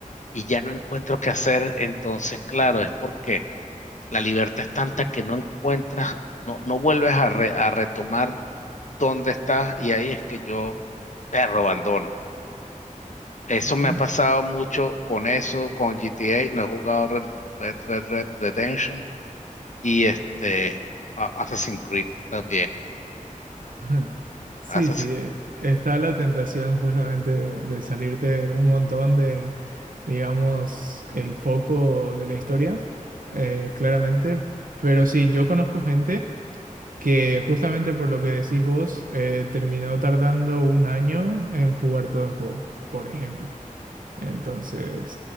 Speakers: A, on the left (about 60°); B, on the right (about 80°).
A: y ya no encuentro qué hacer, entonces, claro, es porque la libertad es tanta que no encuentras, no, no vuelves a, re- a retomar dónde estás y ahí es que yo te abandono. Eso
B: ok.
A: me ha pasado mucho con eso, con GTA. No he jugado Red, Red, Red, Red Redemption y este a- Assassin's Creed también.
B: <laughs> Sí,
A: Assassin-
B: sí, eh, está la tentación justamente de, de salirte un montón de, digamos, el foco de la historia, eh, claramente, pero sí, yo conozco gente que justamente por lo que decís vos, eh, terminó tardando un año en jugar todo el juego, por ejemplo. Entonces,